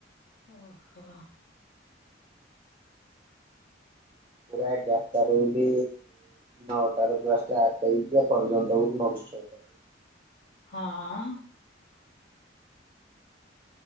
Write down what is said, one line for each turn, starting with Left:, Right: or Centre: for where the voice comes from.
Left: ଓ ହୋ।
Right: ପୁରା ଏଗାରଟା ରୁ ବୋଲି ନଅଟା ରୁ ଷ୍ଟାର୍ଟ ହେଇକି ଏପର୍ଯ୍ୟନ୍ତ ବୋଲି ନ ହଟ <inaudible>
Left: ହଁଅ।